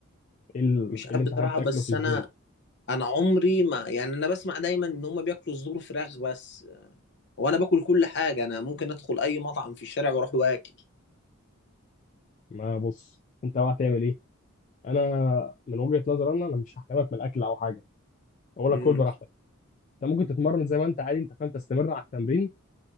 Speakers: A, on the left (about 35°); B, on the left (about 55°).
A: ايه ال-
B: مش
A: إيه
B: عارف
A: اللي انت
B: بصراحة
A: حابب تاكله
B: بس
A: في الجيم
B: انا انا عمري ما يعني انا بسمع دايما ان هم بياكلوا صدور فراخ بس وانا باكل كل حاجه انا ممكن ادخل اي مطعم في الشارع واروح واكل
A: ما بص انت بقى هتعمل ايه انا من وجهه نظري انا انا مش هحرمك من الاكل او حاجه اقول
B: امم
A: لك كل براحتك انت ممكن تتمرن زي ما انت عادي انت فاهم تستمر على التمرين